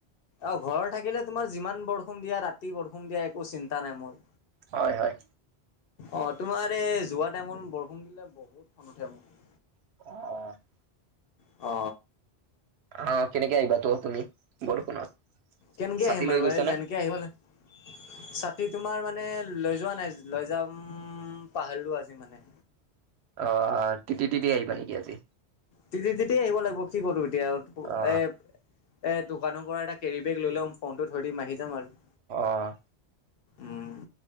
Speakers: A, on the left; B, on the right.
A: অ', ঘৰত থাকিলে তোমাৰ যিমান বৰষুণ দিয়া ৰাতি বৰষুণ দিয়া একো চিন্তা নাই মোৰ।
B: হয় হয়
A: অ তোমাৰ এই যোৱা টাইমত বৰষুণ দিলে বহুত খং উঠে মোৰ।
B: অ
A: অ
B: অ কেনেকে আহিবা তো তুমি বৰষুণত?
A: কেনেকে
B: ছাতি
A: আহিম
B: লৈ
A: বাৰু
B: গৈছা
A: এই
B: নে
A: যেনেকে আহিব লা ছাতি তোমাৰ মানে লৈ যোৱা নাই লৈ যাম উম পাহাৰলো আজি মানে।
B: অ', তিতি তিতি আহিবা নেকি আজি?
A: তিতি তিতিয়ে আহিব লাগিব কি কৰো এতিয়া
B: অ
A: এ এ, দোকানৰপৰা এটা কেৰিবেগ লৈ লৈ ফোনটো থৈ দিম, আহি যাম আৰু।
B: অ'।
A: উম,